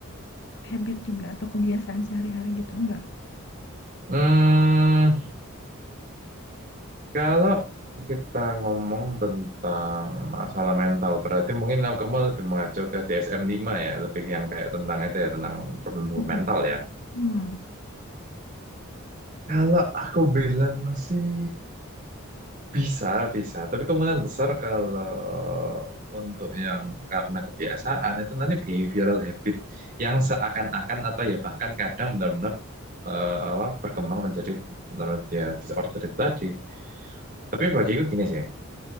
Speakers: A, on the left (about 55°); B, on the right (about 40°).
A: habit juga atau kebiasaan sehari-hari gitu enggak?
B: Hmm, kalau kita ngomong tentang masalah mental, berarti mungkin kamu kamu lebih mengacu ke DSM 5 ya, lebih yang kayak tentang itu ya, tentang problem
A: Mhm.
B: mental ya.
A: Hmm,
B: Kalau aku bilang sih Bisa, bisa. Tapi kemungkinan besar kalau untuk yang karena kebiasaan itu nanti behavioral habit yang seakan-akan atau ya bahkan kadang benar-benar eh, apa, berkembang menjadi menurut dia disorder itu tadi. Tapi bagiku gini sih,